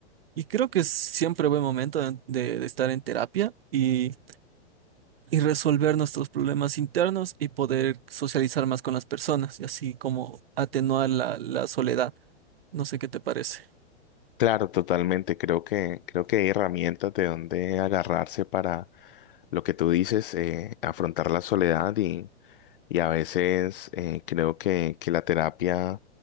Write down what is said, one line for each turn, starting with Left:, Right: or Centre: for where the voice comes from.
Right: y creo que es siempre buen momento de, de- de estar en terapia y, y resolver nuestros problemas internos y poder socializar más con las personas y así como atenuar la, la soledad. No sé qué te parece.
Left: Claro, totalmente. Creo que, creo que hay herramientas de donde agarrarse para lo que tú dices, eh, afrontar la soledad Y a veces eh, creo que, que la terapia,